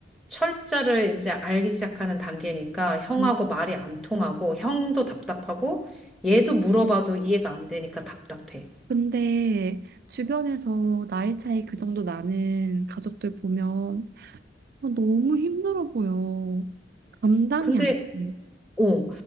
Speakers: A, in the centre; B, on the right.
A: 철자를 이제 알기 시작하는 단계니까 형하고
B: 음,
A: 말이 안 통하고 형도 답답하고 얘도 물어봐도
B: 그치.
A: 이해가 안 되니까 답답해.
B: 근데 주변에서 나이 차이 그 정도 나는 가족들 보면 아, 너무 힘들어 보여. 감당이
A: 근데
B: 안 돼.
A: 어,